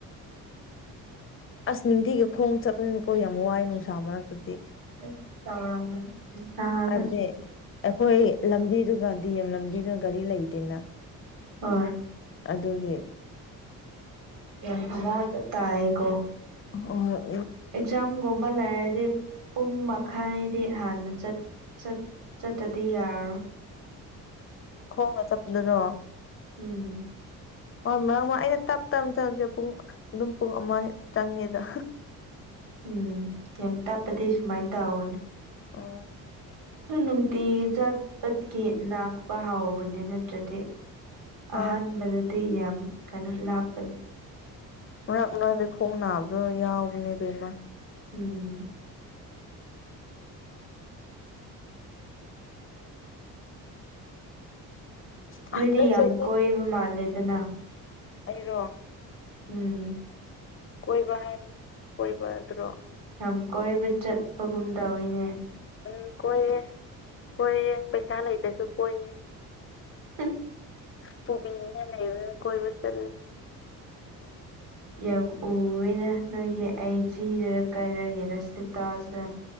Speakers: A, on the left (about 35°); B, on the right (about 75°).
A: ꯑꯁ ꯅꯤꯡꯇꯤꯒꯤ ꯈꯣꯡ ꯆꯠꯄꯅꯤꯅꯤꯀꯣ ꯌꯥꯝ ꯋꯥꯏ ꯅꯨꯡꯁꯥ ꯃꯔꯛꯇꯗꯤ
B: <unintelligible> ꯅꯨꯡꯁꯥꯗ
A: ꯍꯥꯏꯕꯗꯤ ꯑꯩꯈꯣꯏ ꯂꯝꯕꯤꯗꯨꯒ ꯗꯤ ꯑꯦꯝ ꯂꯝꯕꯤꯗꯨ ꯒꯥꯔꯤ ꯂꯩꯇꯦꯅ
B: ꯑ
A: ꯑꯗꯨꯒꯤ
B: ꯌꯥꯝ <unintelligible> ꯇꯥꯏꯀꯣ
A: ꯑꯣ
B: ꯑꯦꯛꯖꯥꯝꯒꯣꯝꯕ ꯂꯩꯔꯗꯤ ꯄꯨꯡ ꯃꯥ ꯈꯥꯏꯗꯤ ꯍꯥꯟꯅ ꯆꯠ ꯆꯠꯇꯗꯤ ꯌꯥꯔꯣꯏ
A: ꯈꯣꯡꯉ ꯆꯞꯂꯔꯣ
B: ꯎꯝ
A: ꯍꯣꯏ ꯃꯔꯥꯡ ꯑꯩꯅ ꯇꯞ ꯇꯞꯅ ꯆꯪꯂꯁꯦ ꯄꯨꯡ ꯑꯗꯨꯝ ꯄꯨꯡ ꯑꯃ ꯆꯪꯉꯦꯗ
B: ꯎꯝ ꯌꯥꯝ ꯇꯥꯄꯗꯤ ꯁꯨꯃꯥꯏꯅ ꯇꯥꯑꯣꯣꯅꯦ
A: ꯑ
B: ꯑꯗꯨ ꯅꯨꯡꯇꯤꯒꯤ ꯖꯥꯠꯄꯠꯀꯤ ꯅꯥꯛꯄ ꯍꯥꯎꯕꯅꯦ ꯅꯠꯇ꯭ꯔꯗꯤ ꯑꯍꯥꯟꯕꯗꯗꯤ
A: ꯍꯣꯏ
B: ꯌꯥꯝ ꯀꯩꯅꯣ ꯂꯥꯞꯄꯅꯤ
A: ꯉ ꯃꯔꯥꯡꯗꯤ ꯈꯣꯡ ꯅꯥꯕꯗꯣ ꯌꯥꯎꯕꯅꯦꯕꯦꯝꯃ
B: ꯎꯝ ꯅꯣꯏꯗꯤ
A: ꯍꯟꯗꯛ
B: ꯌꯥꯝ
A: ꯆꯍꯤ
B: ꯀꯣꯏꯕ ꯃꯥꯜꯂꯦꯗꯅ
A: ꯑꯩꯔꯣ
B: ꯎꯝ
A: ꯀꯣꯏꯕ ꯍꯥꯏ ꯀꯣꯏꯕ ꯑꯗꯨ꯭ꯔꯣ
B: ꯌꯥꯝ ꯀꯣꯏꯕ ꯆꯠꯄꯒꯨꯝ ꯇꯧꯅꯤꯅꯦ
A: ꯎꯝ ꯀꯣꯏꯌꯦ ꯀꯣꯏꯌꯦ ꯄꯩꯁꯥ ꯂꯩꯕꯁꯨ ꯀꯣꯏꯌꯦ
B: <unintelligible>
A: ꯕꯨꯕꯤꯅꯤ ꯂꯩ ꯀꯣꯏꯕꯨ ꯆꯜ
B: ꯌꯥꯕꯨ ꯎꯦꯅꯦ ꯅꯣꯏꯒꯤ ꯑꯩ ꯖꯤꯗꯔ ꯀꯥꯏꯔꯒꯦꯔ ꯁꯤꯇꯥꯁꯦ